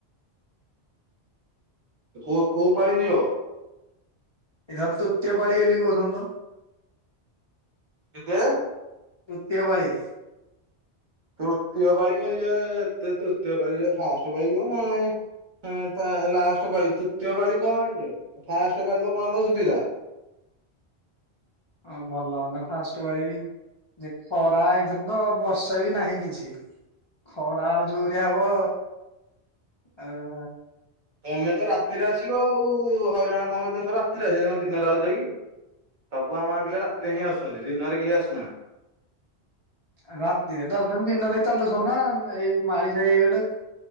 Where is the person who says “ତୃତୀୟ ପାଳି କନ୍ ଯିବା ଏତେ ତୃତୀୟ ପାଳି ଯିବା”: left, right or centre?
Right